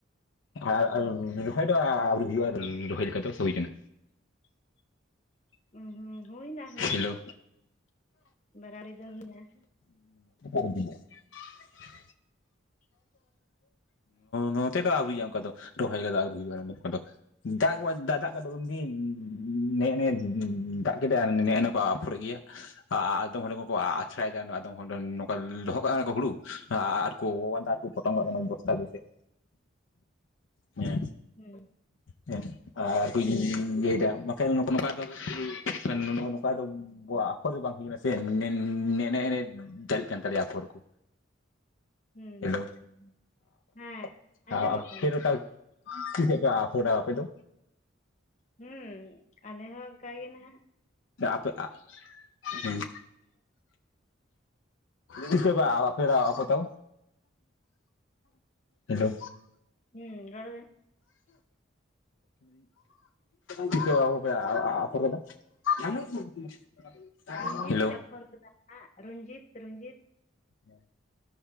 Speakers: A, on the left (about 75°); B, on the left (about 35°).
A: ᱟᱨ ᱨᱚᱦᱚᱭ ᱫᱚ ᱟᱹᱣᱨᱤ ᱦᱩᱭᱩᱜ-ᱟ ᱨᱚᱦᱚᱭ ᱞᱮᱠᱟ ᱫᱚ᱾ ᱥᱮ ᱦᱩᱭ ᱠᱟᱱᱟ?
B: ᱦᱩ ᱦᱩ ᱦᱩᱭᱱᱟ᱾ ᱦᱩᱭᱱᱟ
A: ᱦᱮᱞᱳ
B: ᱵᱟᱨᱟᱵᱟᱨᱤ ᱫᱚ ᱦᱩᱭᱱᱟ
A: <inaudible>
B: <inaudible>
A: <inaudible> ᱱᱚᱛᱮ ᱫᱚ ᱟᱹᱣᱨᱤ ᱟᱜ-ᱟ ᱚᱱᱠᱟ ᱫᱚ ᱨᱚᱦᱚᱭ ᱠᱚᱫᱚ ᱟᱹᱣᱨᱤ ᱦᱩᱭᱩᱜ-ᱟ ᱱᱚᱝᱠᱟ ᱫᱚ᱾ ᱫᱟᱜ ᱜᱮ ᱵᱟᱭ ᱫᱟᱜ ᱫᱟᱜ ᱠᱟᱜ ᱫᱚ ᱩᱱᱫᱤᱱ ᱱᱮᱜ ᱱᱮᱜ ᱫᱟᱜ ᱠᱮᱫᱟ᱾ ᱱᱮᱜ ᱮ ᱠᱚ ᱟᱯᱷᱚᱨ ᱮᱫ ᱜᱮᱭᱟ᱾ ᱟᱫᱚᱢ ᱦᱚᱲᱮᱱ ᱠᱚᱠᱚ ᱟᱪᱷᱲᱟᱭ ᱮᱫᱟ ᱟᱫᱚᱢ ᱦᱚᱲ ᱱᱚᱝᱠᱟ ᱫᱚᱦᱚ ᱠᱟᱜ-ᱟ ᱠᱚ ᱦᱩᱲᱩ ᱟᱨ ᱠᱚ ᱫᱟᱨᱠᱚ ᱯᱚᱴᱚᱢ ᱠᱟᱜ ᱠᱟᱱᱟ ᱵᱚᱥᱛᱟ ᱵᱷᱤᱛᱤᱨ ᱦᱮ᱾
B: ᱦᱩ,
A: ᱦᱮ ᱟᱨᱠᱚ ᱤᱭᱟᱹᱫᱟ ᱵᱟᱠᱷᱟᱡ ᱱᱚᱝᱠᱟ ᱫᱚ ᱱᱚᱝᱠᱟ ᱵᱟᱠᱷᱨᱟ ᱫᱚ ᱟᱯᱷᱚᱨ ᱜᱮ ᱵᱟᱝ ᱦᱩᱭᱱᱟ ᱥᱮ ᱱᱮ ᱱᱮ ᱫᱟᱨᱮᱜ ᱠᱟᱱ ᱛᱟᱞᱮᱭᱟ ᱟᱯᱷᱚᱨ ᱠᱚ᱾
B: ᱦᱩᱸ
A: ᱦᱮᱞᱳ
B: ᱦᱩᱸ ᱦᱮᱸ
A: <inaudible>
B: ᱟᱸᱡᱚᱢᱚᱜ ᱠᱟᱱᱟ
A: ᱛᱷᱤᱨ ᱦᱟᱛᱟᱲ, ᱛᱤᱥ ᱥᱮᱜ ᱯᱮ ᱟᱯᱷᱚᱰᱟ ᱟᱯᱮ ᱫᱚ?
B: ᱦᱩᱸ ᱟᱞᱮ ᱦᱚᱸ ᱚᱱᱠᱟᱜᱮ ᱱᱟᱦᱟᱜ᱾
A: ᱟᱯᱮ ᱟᱜ ᱦᱩᱸ, ᱛᱤᱥ ᱥᱮᱜ ᱯᱮ ᱟᱯᱷᱮᱨᱟ ᱟᱯᱚ ᱛᱟᱣ, ᱦᱮᱞᱳ,
B: ᱦᱩᱸ ᱨᱚᱲ ᱵᱮᱱ
A: ᱛᱤᱥᱚᱜ ᱯᱮ ᱟᱼᱟᱯᱷᱚᱨ ᱠᱟᱫᱟ, <inaudible>
B: ᱨᱚᱧᱡᱤᱛ
A: ᱦᱮᱞᱳ
B: ᱞᱮ ᱟᱯᱷᱚᱨ ᱠᱮᱫᱟ ᱦᱟᱸᱜ ᱨᱚᱧᱡᱤᱛ ᱨᱚᱧᱡᱤᱛ᱾
A: ᱦᱩᱸ